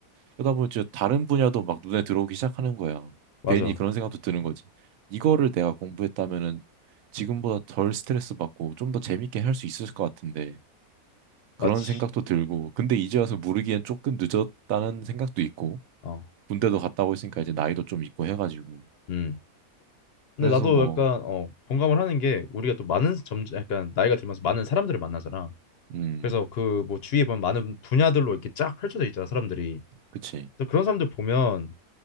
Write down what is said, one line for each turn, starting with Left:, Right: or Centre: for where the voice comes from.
Right: 그러다 보면 이제 다른 분야도 막 눈에 들어오기 시작하는 거야.
Left: 맞아,
Right: 괜히 그런 생각도 드는 거지. 이거를 내가 공부했다면은 지금보다 덜 스트레스 받고 좀 더 재밌게 할 수 있을 것 같은데.
Left: 맞지.
Right: 그런 생각도 들고 근데 이제 와서 모르기엔 조금 늦었다는 생각도 있고
Left: 어,
Right: 군대도 갔다 오고 있으니까 이제 나이도 좀 있고 해가지고
Left: 음. 근데
Right: 그래서
Left: 나도
Right: 뭐
Left: 약간 어 공감을 하는 게 우리가 또 많은 점 약간 나이가 들면서 많은 사람들을 만나잖아.
Right: 음
Left: 그래서 그 뭐 주위에 보면 많은 분야들로 이렇게 쫙 펼쳐져 있잖아 사람들이.
Right: 그치
Left: 그래서 그런 사람들 보면